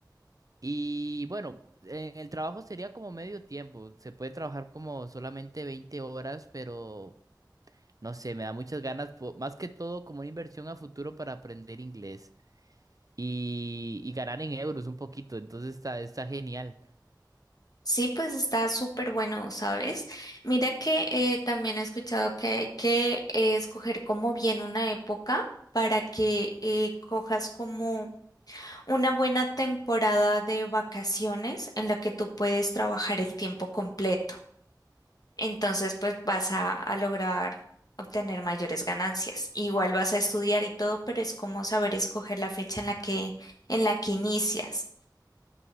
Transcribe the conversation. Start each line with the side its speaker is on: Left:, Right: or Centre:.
Right: Y bueno, en el trabajo sería como medio tiempo. Se puede trabajar como solamente 20 horas, pero no sé, me da muchas ganas, po- más que todo como una inversión a futuro para aprender inglés y, y ganar en euros un poquito. Entonces está, está genial.
Left: Sí, pues está súper bueno, ¿sabes? Mira que eh, también he escuchado que hay que eh, escoger como bien una época para que eh, cojas como una buena temporada de vacaciones en la que tú puedes trabajar el tiempo completo. Entonces, pues vas a, a lograr obtener mayores ganancias. Igual vas a estudiar y todo, pero es como saber escoger la fecha en la que, en la que inicias.